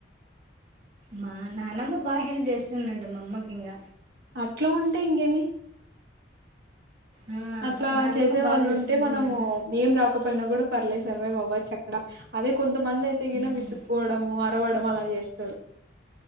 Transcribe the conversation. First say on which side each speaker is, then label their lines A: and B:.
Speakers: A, on the right; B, on the right.
A: మా నానమ్మ బాగ హెల్ప్ చేస్తుందంట మా అమ్మకి ఇంక
B: అట్లా ఉంటే ఇంకేమి
A: ఆ,
B: అట్లా
A: నాన్నమ్మ
B: చేసే
A: బాగా
B: వాళ్ళు
A: చూసుకుంటుందంట
B: ఉంటే మనము ఏం రాకపో పోయినా కూడా పర్లేదు సర్వైవ్వచ్చు అక్కడ అదే కొంతమంది అయితేగాన
A: ఉమ్.
B: విస్సుకోవడము కవడం అలా చేస్తారు